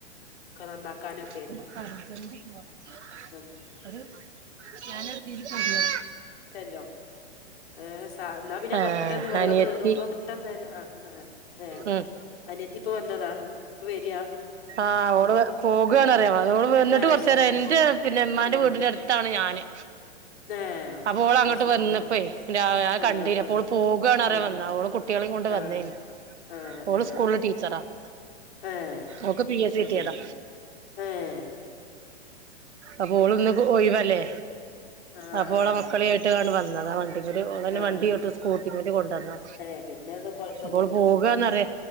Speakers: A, on the left (about 60°); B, on the right (about 85°).
A: ഒക്കെ നന്നാകാന്
B: <unintelligible>
A: ആ
B: അത് ഞാൻ ഒരു തീല് പറഞ്ഞതാ
A: ട്ടെല്ലോ ആഹ് സ എന്നാ പിന്നെ
B: ആഹ്
A: പെട്ടെന്ന് വെള്ളം
B: അനിയത്തി
A: കേറുമ്പോ പെട്ടെന്ന് തന്നെ ആഹ് ആഹ് ഏ
B: ഉം
A: അനിയത്തി ഇപ്പ വന്നതാ ഇപ്പൊ വരിയാ
B: ആഹ് ഓള് പോകെണ്
A: ആഹ്
B: പറയാൻ വന്നതാ ഓള് വന്നട്ട്
A: ആഹ്
B: കൊറച്ച്
A: ശരി
B: നേരായി എന്നിട്ട്
A: ആഹ്
B: പിന്നെ ഉമ്മാന്റെ
A: ആഹ്
B: വീടിന്റെ അടുത്ത് അടുത്താണ് ഞാന്
A: <inaudible>
B: അപ്പോൾ ഓൾ അങ്ങോട്ട്
A: അത് ശരി
B: വന്നപ്പോ
A: ആഹ്
B: എന്താ
A: ആഹ്
B: കണ്ടിന്
A: ആഹ്
B: ഓള് പോകുകാണ് പറിയൻ
A: ആഹ്
B: വന്നത ഓള് കുട്ടികളെമ് കൊണ്ട് വന്നേ
A: ആഹ് ആഹ്
B: ഓള്
A: ഏഹ്
B: സ്കൂൾ ടീച്ചറ ആഹ്
A: ഏഹ്
B: ഓൾക്ക് പി എസ് സി
A: അത്
B: കിട്ടിയതാ
A: ശരി ഏഹ്
B: അപ്പോൾ ഇന്ന് ഒയിവല്ലേ
A: ആഹ്
B: അപ്പോളാ
A: ആഹ്
B: മക്കളെ ആയിട്ട് ഇന്ന് ഇങ്ങട്ട് വന്നതാ അയക്കൂടെ ഓളെന്നെ
A: ആഹ്
B: വണ്ടിഓട്ടും സ്കൂട്ടി മെല്ല് കൊണ്ടന്നതാ
A: ഏഹ് പിന്നെ അത് കൊഴപ്പല്ലല്ലോ
B: അപ്പോൾ ഓൾ പോക ന്നറിയ.